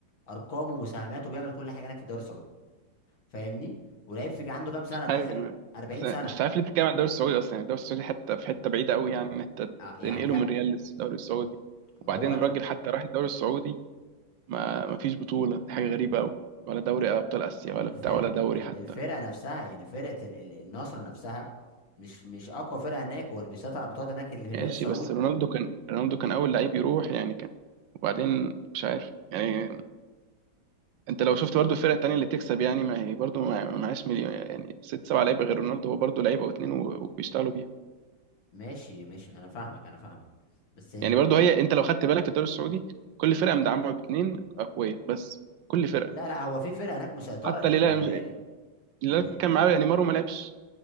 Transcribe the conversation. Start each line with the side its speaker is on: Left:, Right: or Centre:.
Left: ارقامه ومساهماته بيعمل كل حاجه هناك في الدوري السعودي فاهمني ولعيب في عنده كام سنه
Right: مش
Left: داخل
Right: عارف أنا.
Left: 40
Right: أصل
Left: سنه
Right: مش عارف ليه بتتكلم عن الدوري السعودي اصلا يعني الدوري السعودي حتى في حته بعيده قوي يعني ان انت
Left: ع- يعني
Right: تنقله
Left: لا
Right: من ريال للدوري السعودي
Left: ما
Right: وبعدين
Left: هو راجل
Right: الراجل حتى راح الدوري السعودي ما ما فيش بطوله دي حاجه غريبه قوي ولا دوري
Left: م-
Right: ابطال اسيا
Left: هو
Right: ولا
Left: الفرق
Right: بتاع ولا دوري
Left: ال-
Right: حتى
Left: الفرقه نفسها يعني فرقه ال- ال- النصر نفسها مش مش اقوى فرقه هناك هو اللي بيسيطر على البطولات هناك الهلال
Right: ماشي
Left: السعودي
Right: بس رونالدو كان رونالدو كان اول لعيب يروح يعني كان وبعدين مش عارف يعني انت لو شفت برضو الفرق التانية اللي تكسب يعني ما هي برضو ما- ما معهاش مليون يعني ست سبع لعيبة غير رونالدو هو برضو لعيبة واتنين و- وبيشتغلوا بيها
Left: ماشي ماشي انا فاهمك انا فاهمك بس إن...
Right: يعني برضو
Left: ال-
Right: هي انت لو خدت بالك في الدوري السعودي كل فرقة مدعمة باتنين أقوياء بس كل فرقة
Left: لا لا هو في فرقه هناك مسيطره
Right: حتى
Left: الهلال
Right: الهلال مش- الهلال
Left: ال-
Right: كان معاه نيمار وما لعبش